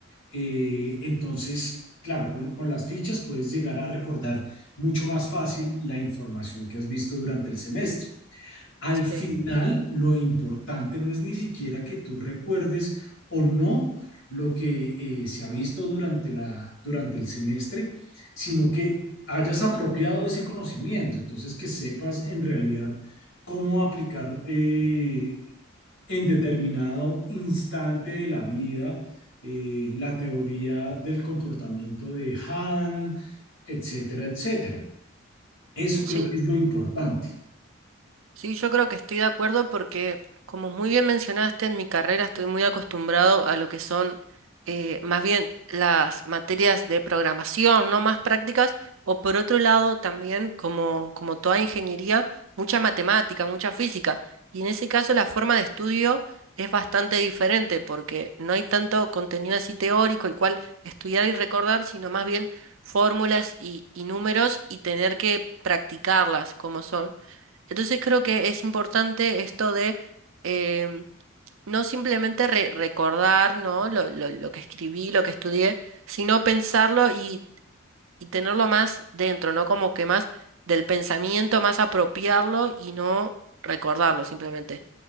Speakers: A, on the left; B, on the right.
A: Eh, entonces, claro, con, con, las fichas puedes llegar a recordar mucho más fácil la información que has visto durante el semestre. Al final,
B: Sí.
A: lo importante no es ni siquiera que tú recuerdes o no lo que eh, se ha visto durante la, durante el semestre, sino que hayas apropiado ese conocimiento, entonces que sepas en realidad cómo aplicar eh, en determinado instante de la vida eh, la teoría del comportamiento de Han, etcétera, etcétera. Eso
B: Sí,
A: creo que es lo importante.
B: Sí, yo creo que estoy de acuerdo porque, como muy bien mencionaste, en mi carrera estoy muy acostumbrado a lo que son eh, más bien las materias de programación, no más prácticas, o por otro lado también, como, como toda ingeniería, mucha matemática, mucha física. Y en ese caso la forma de estudio es bastante diferente porque no hay tanto contenido así teórico, el cual estudiar y recordar, sino más bien fórmulas y, y números y tener que practicarlas como son. Entonces creo que es importante esto de em, no simplemente re- recordar, ¿no? Lo, lo- lo que escribí, lo que estudié, sino pensarlo y, y tenerlo más dentro, ¿no? Como que más del pensamiento, más apropiarlo y no recordarlo simplemente.